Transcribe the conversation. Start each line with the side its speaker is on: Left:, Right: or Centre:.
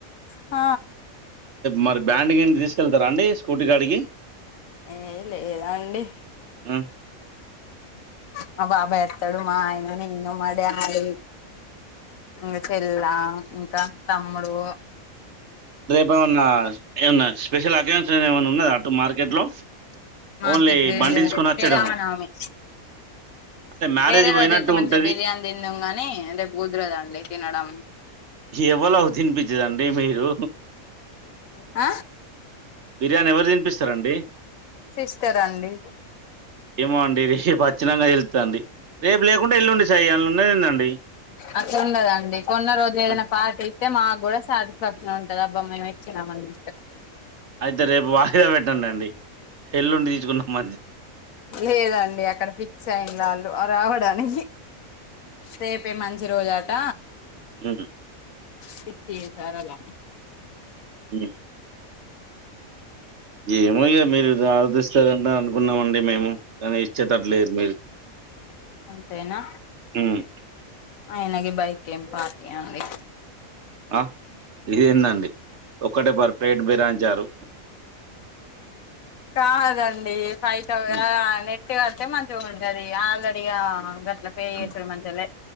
Left: హ
Right: మరి బ్యాండ్కి తీసుకెళ్తారా అండి స్కూటీ గాడికి
Left: ఎన్ లేదా అండి
Right: అ
Left: మా బాబాయ్ ఎత్తాడు మా ఆయన నేన్న మా డాడీ ఎపిల్లా ఇంకా తమ్ముడు
Right: మన్నా ఏమన్నా స్పెషల్ అకేజన్స్ ఏమన్నా ఉన్నాయ అటు మార్కెట్ లో
Left: మార్కెట్
Right: ఓన్లీ
Left: ఏం
Right: బండి
Left: లేదు
Right: తీసుకొని
Left: శ్రీరామనవమి
Right: వచ్చేయడమా అంటే మ్యారేజ్
Left: వేరే రోజు
Right: పోయినట్టు
Left: అయితే మంచిగా
Right: ఉంటది
Left: బిర్యానీ తిన్నం గానీ అదే కుదర్ధండి తినడం
Right: ఎవ్వలో అవు తినిపించదండి మీరు
Left: అ
Right: బిర్యాని ఎవరు తినిపిస్తరండి
Left: సిస్టర్ అండి
Right: ఏమొండి రేప్ ఒచ్చినాక తెలు అండి రేపు లేకుంటె ఎల్లుండి సాయి అందులో ఉన్నది ఏందండి
Left: అట్లన్నదండి కొన్న రోజు ఏదన్న
Right: ఆ,
Left: పాటీ ఇస్తే మాక్ గుడా సాటి స్ఫాక్షన్ ఉంటది అబ్బ మేం ఇచ్చినం అన్నట్టు.
Right: అయితే రేపు వా ఇక్కడే పెట్టండండి ఎల్లుండి తీస్కున్న <unintelligible>
Left: లేదండి అక్కడ ఫిక్స్ అయింది వాళ్ళు అ రావడానికి రేపే మంచి రోజాట
Right: ఉమ్మ్
Left: సిట్టి సరేలా
Right: ఉహ్ ఏమో ఇగ మీర్ <unintelligible> అనుకున్నామండి మేము కానీ ఇచ్చేటట్ లేర్ మీరు
Left: అంతేనా
Right: ఉమ్,
Left: అయిన గి బైకేం పార్టీ అండి.
Right: ఆ ఇదేందండి ఒక్కటే పర్పెట్ బిరాంచారు.
Left: కాదండి పైసల్
Right: హ్మ్.
Left: గావాలె కిస్తి గడ్తే మంచిగుంటది ఆర్లడి ఇగ
Right: అన్
Left: <unintelligible> మంచిగలె